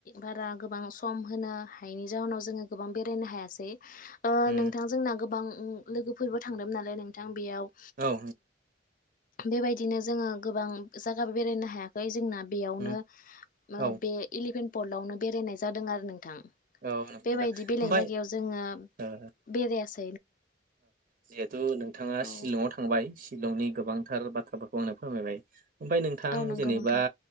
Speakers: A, on the left; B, on the right.
A: बारा गोबां सम होनो हायैनि जााहोनाव जोङो गोबां बेरायनो हायासै ओ
B: उम
A: नोंथां जोंना गोबां लोगोफोरबो थांदों नालाय नोंथां बेयाव
B: औ
A: बेबायदिनो जोङो गोबां जायगा बेरायनो हायाखै जोंना बेयावनो
B: उम औ
A: बे एलिफेन्ट पर्टआवनो बेरायनाय जादों आरो नोंथां।
B: औ नंगौ
A: बेबायदि
B: नोंथां
A: बेलेग
B: ओमफ्राय
A: जायगायाव जोङो
B: ओ
A: बेरायसै
B: जिहेथु नोंथाङा
A: औ
B: शिलंआव थांबाय शिलंनि गोबांथार बाथ्राफोरखौ आंनो फोरमायबाय ओमफ्राय नोंथां
A: औ नंगौ
B: जेनेबा
A: नोंथां